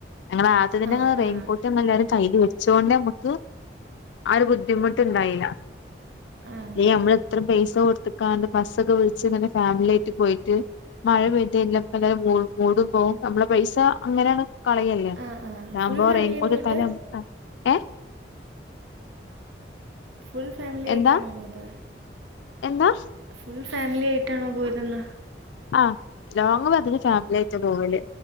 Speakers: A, on the left; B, on the right.
A: ഞങ്ങള ആദ്യ തന്നെ
B: അതുപിന്നെ
A: ഞങ്ങളെ റെയിൻകോട്ട് എല്ലാരും കയ്യിൽ വെച്ചോണ്ട് നമുക്ക് ആ ഒരു ബുദ്ധിമുട്ടുണ്ടായില്ല
B: ആഹ്
A: ല്ലേ നമ്മള് ഏത്ര പൈസ കൊടുത്ത്ക്കാണ്ട് ബസ്സൊക്കെ വിളിച്ച് ഇങ്ങനെ ഫാമിലി ആയിട്ട് പോയിട്ട് മഴപെയ്ത് കഴിഞ്ഞാൽ പ്പെല്ലാരുടെ മൂട പോകും നമ്മളെ പൈസ <unintelligible> കളയെല്ലേ
B: ആഹ് ആഹ്
A: ആതാകുമ്പോ
B: ഫുൾ ഫാമിലിയാ
A: റെയിൻകോട്ട്
B: പോയിട്ട്
A: ഇട്ടാലും നമ്മക്ക് ഏ <unintelligible>
B: ഫുൾ ഫാമിലി ആയിട്ടാണോ
A: എന്താ
B: പോയത്
A: എന്താ
B: ഫുൾ ഫാമിലി ആയിട്ടാണോ പോയിര്ന്നെ
A: ആഹ് ലോങ് വരല് ഫാമിലി ആയിട്ട് പോവല്